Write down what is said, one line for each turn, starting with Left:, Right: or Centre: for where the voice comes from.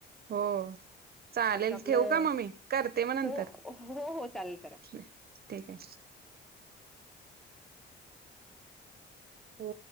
Right: हो. चालेल,
Centre: आपलं
Right: ठेवू का मग मी? करते मगनंतर,
Centre: हो, हो, हो चालेल करा.
Right: ठीक ये. हो.